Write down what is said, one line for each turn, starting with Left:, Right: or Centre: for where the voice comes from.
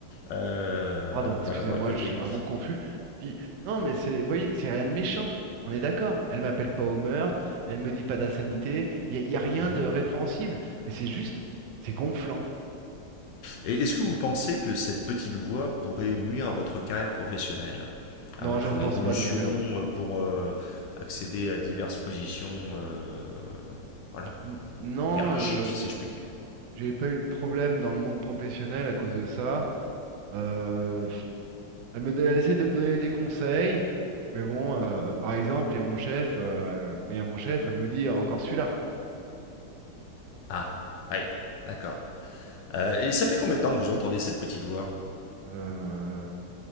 Left: Euh,
Right: Pardon,
Left: voilà,
Right: excusez-moi,
Left: bon, écoutez.
Right: je suis vraiment confus. Puis, non, mais c'est, vous voyez, c'est rien de méchant. On est d'accord. Elle m'appelle pas au meurtre, elle me dit pas d'insanité, il y, a y a rien
Left: Mm-hmm.
Right: de répréhensible. Mais c'est juste, c'est gonflant.
Left: Et est-ce que vous pensez que cette petite voix pourrait nuire à votre carrière professionnelle,
Right: Non,
Left: à votre
Right: je ne pense
Left: évolution
Right: pas, docteur.
Left: euh, pour euh, accéder à diverses positions, euh, voilà,
Right: N- non,
Left: hiérarchiques,
Right: euh,
Left: si je puis dire
Right: j'ai pas eu de problème dans le monde professionnel à cause de ça. Euh, elle me, elle essaie de me donner des conseils, mais bon, euh, par exemple, il y a mon chef, euh, quand il y a mon chef, elle me dit encore celui-là.
Left: Ah, oui, d'accord. Euh, et ça fait combien de temps que vous entendez cette petite voix
Right: Euh,